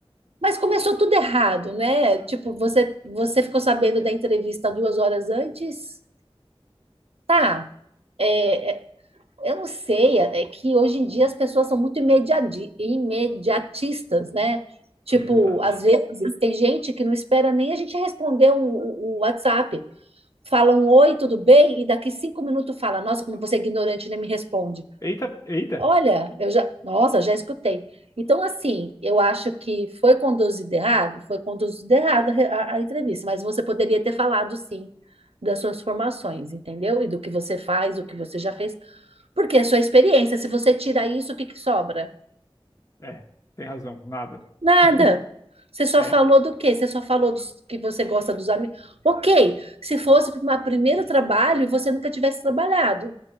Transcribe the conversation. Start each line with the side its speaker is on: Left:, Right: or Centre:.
Right: mas começou tudo errado, né? Tipo, você você ficou sabendo da entrevista duas horas antes? Tá. É, Eu não sei, é é que hoje em dia as pessoas são muito imediadi- imediatistas, né? Tipo,
Left: De verdade.
Right: às vezes tem gente que não espera nem a gente responder o um, um WhatsApp. Falam oi, tudo bem? E daqui cinco minutos fala, nossa, como você é ignorante, nem me responde.
Left: Eita, eita.
Right: Olha, eu já, nossa, já escutei. Então, assim, eu acho que foi conduzido errado, foi conduzido errado a, re- a a entrevista, mas você poderia ter falado sim das suas formações, entendeu? E do que você faz, o que você já fez. Porque é sua experiência. Se você tirar isso, o que que sobra?
Left: É, tem razão. Nada.
Right: Nada.
Left: <laughs>
Right: Você só
Left: É,
Right: falou do quê? Você só falou dos- que você gosta dos amigos. Ok, se fosse para um primeiro trabalho e você nunca tivesse trabalhado.